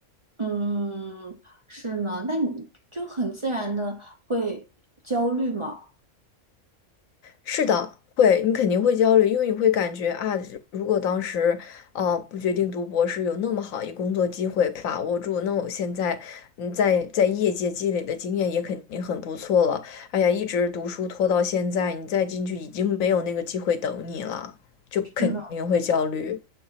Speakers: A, on the right; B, on the left.
A: 嗯，是呢，那你就很自然的会焦虑嘛？
B: 是的，会，你肯定会焦虑，因为你会感觉啊，如果当时，呃，不决定读博士，有那么好一工作机会把握住，那我现在，嗯，在在业界积累的经验也肯定很不错了。哎呀，一直读书拖到现在，你再进去已经没有那个机会等你了，就肯定会焦虑。
A: 是呢，